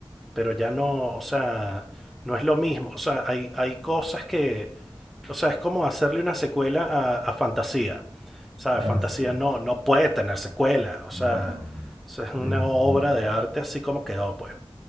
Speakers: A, in the centre; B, on the right (about 40°).
A: pero ya no, o sea, no es lo mismo, o sea, hay, hay cosas que, o sea, es como hacerle una secuela a, a Fantasía, ¿sabes?
B: Ah,
A: Fantasía
B: sí.
A: no, no puede tener secuela, o sea,
B: No, no.
A: eso es
B: De
A: una
B: ninguna
A: obra
B: forma.
A: de arte así como quedó, pues.